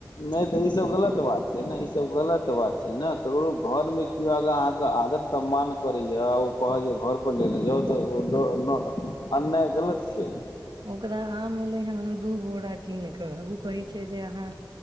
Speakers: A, on the left; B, on the right.
A: नहि तऽ ईसभ गलत बात छै ने ईसभ गलत बात छै ने ककरो घरमे केओ अगर अहाँके आदर सम्मान करैएा आ ओ कहै जे घर पर लेने जाउ तऽ ओ अन्याय गलत छै
B: ओकरा आम एलै हेन दू बोरा कीन कऽ आब ओ कहैत छै जे अहाँ